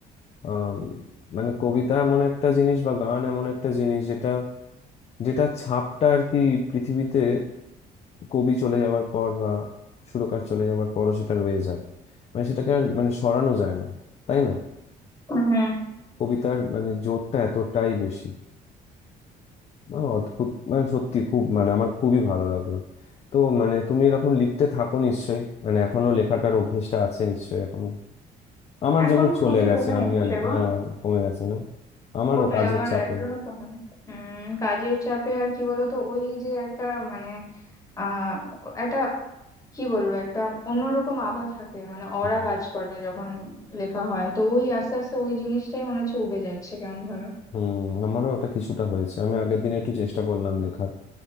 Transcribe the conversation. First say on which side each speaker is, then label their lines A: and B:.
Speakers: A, on the left; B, on the left.
A: আম, মানে কবিতা এমন একটা জিনিস বা গান এমন একটা জিনিস যেটা যেটা ছাপটা আর কি পৃথিবীতে কবি চলে যাওয়ার পর বা সুরকার চলে যাওয়ার পরও সেটা রয়ে যায় মানে সেটাকে আর মানে সরানো যায় না তাই না
B: হুম
A: কবিতার মানে জোরটা এতটাই বেশি আহ, অদ্ভুত মানে সত্যি খুব মানে আমার খুবই ভালো লাগলো তো মানে তুমি এরকম লিখতে থাকো নিশ্চয়ই মানে এখনো লেখাটার অভ্যেসটা আছে নিশ্চয়ই এখনো আমার
B: এখন
A: যেমন চলে
B: খুবই
A: গেছে
B: কমে
A: আমি
B: এসছে
A: আর
B: গো
A: আহ, কমে গেছে না আমারও
B: ওটাই
A: কাজের
B: আমারও
A: চাপে
B: একদমই কমে না। উম কাজের চাপে আর কি বলতো ওই যে একটা মানে আহ একটা কি বলবো একটা অন্যরকম আভা থাকে মানে অরা
A: হুম
B: কাজ করে যখন লেখা হয় তো ওই আস্তে আস্তে ওই জিনিসটাই মনে হচ্ছে উবে যাচ্ছে কেমন ভাবে
A: হুম, আমারও ওটা কিছুটা হয়েছে আমি আগের দিন একটু চেষ্টা করলাম লেখার